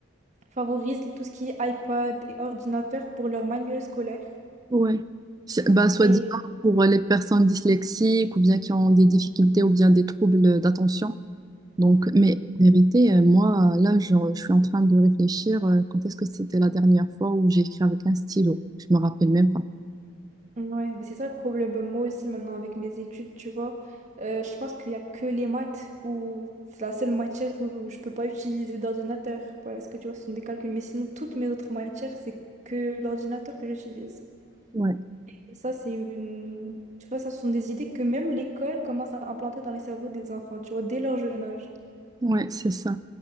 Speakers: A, on the right (about 35°); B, on the right (about 20°).
A: favorisent tout ce qui est iPad et ordinateur pour leurs manuels scolaires.
B: ouais. C'est- Ben, soit
A: Et...
B: disant pour les personnes dyslexiques ou bien qui ont des difficultés ou bien des troubles d'attention. Donc, mais en vérité, euh, moi, là, je, je suis en train de réfléchir euh, quand est-ce que c'était la dernière fois où j'ai écrit avec un stylo. Je me rappelle même pas.
A: Ouais, bah c'est ça le problème. Bah, moi aussi, maintenant, avec mes études, tu vois, euh, je pense qu'il n'y a que les maths où c'est la seule matière où je peux pas utiliser d'ordinateur parce que, tu vois, ce sont des calculs. Mais sinon, toutes mes autres matières, c'est que l'ordinateur que j'utilise.
B: Ouais,
A: Et ça, c'est une... Tu vois, ça, ce sont des idées que même l'école commence à implanter dans les cerveaux des enfants, tu vois, dès leur jeune âge.
B: ouais, c'est ça.